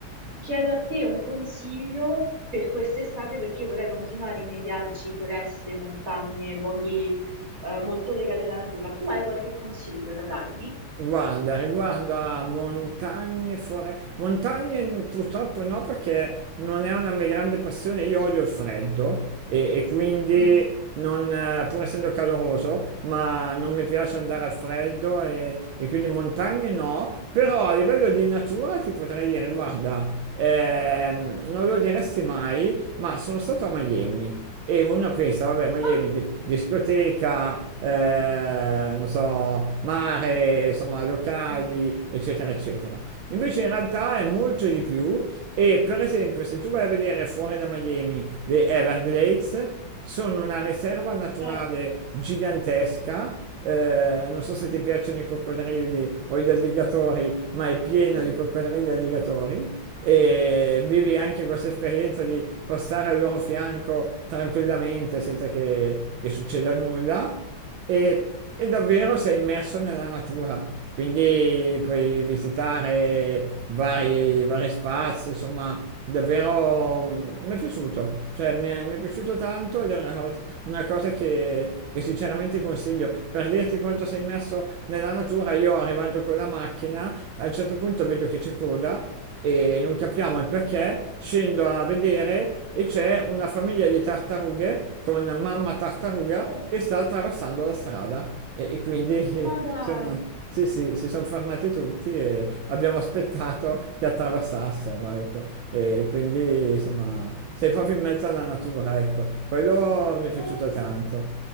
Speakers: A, on the right; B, on the right.
A: chiedo a te un consiglio per quest'estate perché io vorrei continuare i miei viaggi, foreste, montagne, luoghi, eh, molto legati alla natura. Tu hai qualche consiglio da darmi?
B: Guarda, riguardo a montagne, fore... montagne purtroppo no perché non è una mia grande passione, io odio il freddo e, e quindi
A: Mm.
B: non, eh, pur essendo caloroso, ma non mi piace andare
A: Mm.
B: al freddo e, e quindi montagne no, però a livello di natura ti potrei dire, guarda, ehm, non lo diresti mai, ma sono stato a Miami e uno pensa, vabbè, Miami,
A: Ah,
B: di- discoteca, eh, non so, mare, insomma, locali,
A: mm,
B: eccetera, eccetera. Invece in realtà è molto di più e per esempio se tu vai a vedere fuori da Miami le Everglades, sono una riserva naturale
A: certo.
B: gigantesca eh, non so se ti piacciono i coccodrilli o gli alligatori, ma è pieno
A: Mm.
B: di coccodrilli e alligatori e vivi anche questa esperienza di passare al loro fianco tranquillamente senza che, che succeda nulla e, e davvero sei immerso nella natura. Quindi puoi visitare vari, vari spazi, insomma, davvero mm, mi è piaciuto, cioè mi è, mi è piaciuto tanto ed è una cosa, una cosa che, che sinceramente consiglio. Per dirti quanto sei immerso nella natura, io arrivando con la macchina, a un certo punto vedo che c'è coda e non capiamo il perché, scendo a vedere e c'è una famiglia di tartarughe con mamma tartaruga
A: Oh,
B: che sta attraversando la strada e, e quindi
A: ma dai,
B: insomma sì sì si sono fermati tutti e abbiamo aspettato che attraversassero ecco e quindi insomma sei proprio in mezzo alla natura ecco quello mi è piaciuto
A: ma è che-
B: tanto